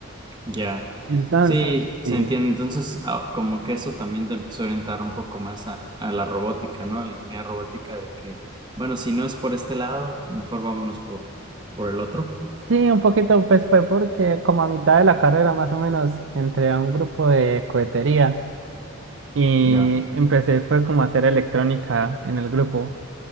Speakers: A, on the right (about 20°); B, on the right (about 65°).
A: ya.
B: Entonces,
A: Sí, se
B: sí.
A: entiende. Entonces, ah, como que eso también te empezó a orientar un poco más a, a la robótica, ¿no? A la ingeniería robótica de que, bueno, si no es por este lado, mejor vámonos por, por el otro.
B: Sí, un poquito pues fue porque como a mitad de la carrera más o menos entré a un grupo de cohetería y
A: Ya.
B: empecé fue como a hacer electrónica en el grupo.